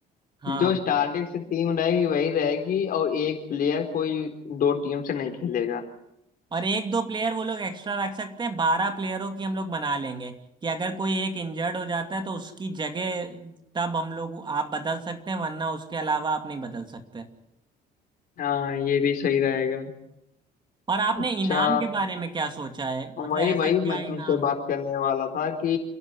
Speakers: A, on the right; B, on the left.
A: हाँ
B: जो स्टार्टिंग से टीम रहेगी वही रहेगी और एक प्लेयर कोई दो टीम से नहीं खेलेगा
A: और एक दो प्लेयर वो लोग एक्स्ट्रा रख सकते हैं बारह प्लेयरों की हम लोग बना लेंगे कि अगर कोई एक इंजर्ड हो जाता है तो उसकी जगह तब हम लोग आप बदल सकते हैं वरना उसके अलावा आप नहीं बदल सकते
B: हाँ ये भी सही रहेगा
A: और आपने
B: अच्छा
A: इनाम के बारे में क्या सोचा है
B: वही
A: मतलब ऐसा
B: वही
A: क्या
B: मैं तुमसे
A: इनाम
B: बात करने वाला था कि